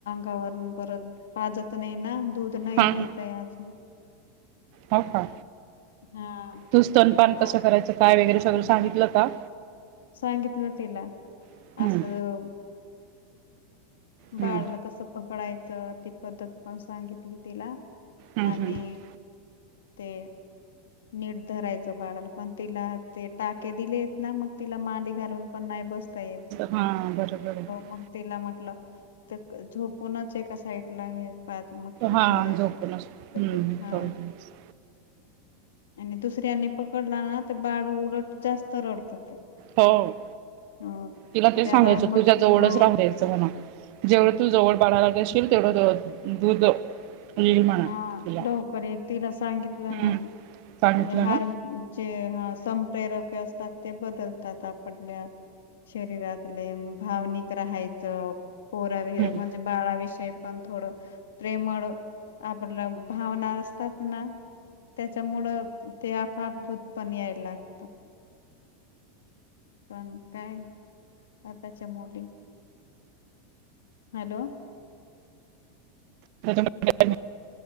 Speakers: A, on the left (about 80°); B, on the right (about 60°).
A: वरून परत पाजत नाही ना दूध नाही
B: हा
A: येत
B: ह
A: आहे आजून
B: हो का?
A: हा
B: तू स्तनपान
A: मग
B: कसं करायचं काय वगैरे सगळं सांगितलं का?
A: सांगितलं तिला
B: हम्म
A: असं
B: हम्म
A: बाळला कसं पकडायचं ती पद्धत पण सांगितली तिला
B: हम्म
A: आणि
B: हम्म
A: ते नीट धरायचं बाळाल पण तिला ते टाके दिले ना मग तिला मांडी घालून पण नाही बस येल
B: हां बरोबर आहे
A: मग तिला म्हटलं तर झोपूनच एका साइडला आहे पाज म्हटलं
B: हां
A: थोडे
B: झोपूनच
A: दिवस
B: हम्म
A: हा
B: थोडे दिवस
A: आणि दुसऱ्यांनी पकडला ना ते बाळ उलट जास्त रडतं ते
B: हो
A: अ
B: तिला ते
A: त्याला
B: सांगायचं
A: मग
B: तूज्या जवळच
A: हो
B: राहू रस जेवढ
A: हो
B: तू जवळ बळाला गेशील तेवढ दूध येईल म्हणा
A: हा
B: तिला.
A: लवकर ये तिला सांगितलं
B: हम्म.
A: ना मी
B: सांगितलं
A: म्हणजे हार
B: ना?
A: जे ह संप्रेरक असतात ते बदलतात आपडल्या शरीरातले भावनिक राहायचं पोराविषयी
B: हम्म.
A: म्हणजे बाळाविषयी पण थोडं प्रेमळ आपलं भावना असतात ना त्याच्यामुळं ते आपोआप दूध पण यायला लागत पण काय आताच्या मुली हॅलो
B: <unintelligible>